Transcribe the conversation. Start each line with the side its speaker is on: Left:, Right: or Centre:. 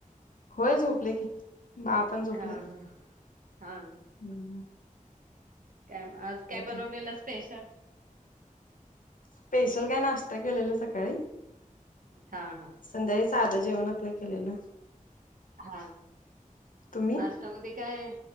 Left: होय झोपले की बाळ पण झोपलय
Right: हा हा हा.
Left: हं.
Right: काय म आज काय बनवलेलं
Left: तुम्ही
Right: स्पेशल?
Left: स्पेशल काय नाश्ता केलेला सकाळी.
Right: हा हा.
Left: संध्याकाळी साधं जेवण आपलं केलेलं.
Right: हा
Left: तुम्ही
Right: नाश्त्यामध्ये काय